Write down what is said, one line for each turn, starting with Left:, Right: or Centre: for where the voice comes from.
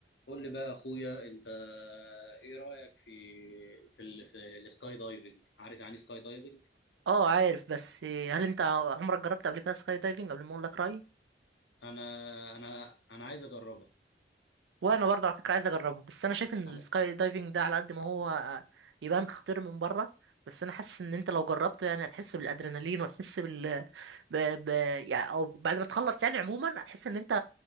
Left: قول لي بقى يا اخويا انت ايه رايك في في ال... في السكاي دايفنج عارف يعني سكاي دايفنج
Right: اه عارف بس هل انت عمرك جربت قبل كده سكاي دايفنج قبل ما اقول لك رايي
Left: انا انا انا عايز اجربها
Right: وانا برضه على فكره عايز اجربها بس انا شايف ان
Left: على...
Right: السكاي دايفنج ده على قد ما هو يبان خطير من بره بس انا حاسس ان انت لو جربته يعني هتحس بالادرينالين وتحس بال ب... ب... يعني او بعد ما تخلص يعني عموما هتحس ان انت